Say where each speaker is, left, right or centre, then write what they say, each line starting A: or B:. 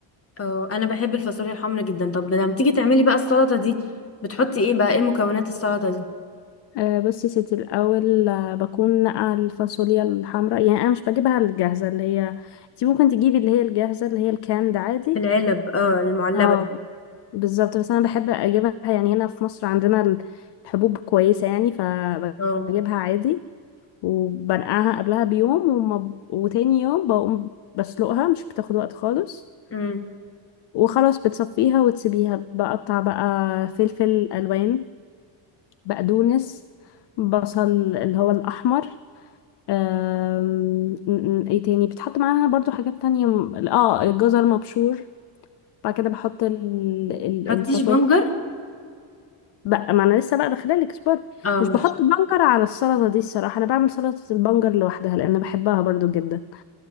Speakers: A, on the left (about 25°); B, on the left (about 55°).
A: اه أنا بحب الفاصوليا الحمرا جدا طب لما تيجي تعملي بقى السلطة دي بتحطي ايه بقى ايه مكونات السلطة دي
B: آه بس يا ستي الأول آه، بكون نقع الفاصوليا الحمراء يعني أنا مش بجيبها الجاهزة اللي هي انتي ممكن تجيبي اللي هي الجاهزة اللي هي الكاند عادي
A: في العلب اه المعلبة
B: اه
A: دي
B: بالظبط بس انا بحب اجيبها يعني هنا في مصر عندنا ال- الحبوب كويسة يعني فبجيبها
A: اه
B: عادي وبنقعها قبلها بيوم وما ب... وتاني يوم بقوم بسلقها مش بتاخد وقت خالص
A: امم
B: وخلاص بتصفيها وتسيبيها بقطع بقى فلفل الوان بقدونس بصل اللي هو الاحمر أم... م- م- ايه تاني بتحط معاها برضو حاجات تانية م- اه الجزر مبشور بعد كده بحط ال- ال-
A: حطيش
B: الفاصوليا
A: بنجر
B: بقى ما انا لسه بقى داخله لك اصبري
A: اه
B: مش
A: ماشي
B: بحط بنجر على السلطه دي الصراحه انا بعمل سلطه البنجر لوحدها لان بحبها برضو جدا